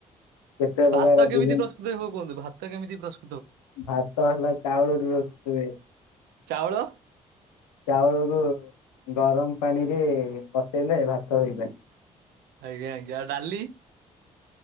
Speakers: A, on the left; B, on the right.
A: କେତେ ପ୍ରକାର
B: ଭାତ କେମିତି
A: ବିଭିନ୍ନ
B: ପ୍ରସ୍ତୁତି ହୁଏ କୁହନ୍ତୁ? ଭାତ କେମିତି ପ୍ରସ୍
A: ଭାତ ହେଲା ଚାଉଳରୁ ପ୍ରସ୍ତୁତ ହୁଏ।
B: ଚାଉଳ?
A: ଚାଉଳକୁ ଗରମ ପାଣିରେ ବସେଇଲେ ଭାତ ହେଇଗଲା।
B: ଆଜ୍ଞା, ଆଜ୍ଞା, ଆଉ ଡାଲି?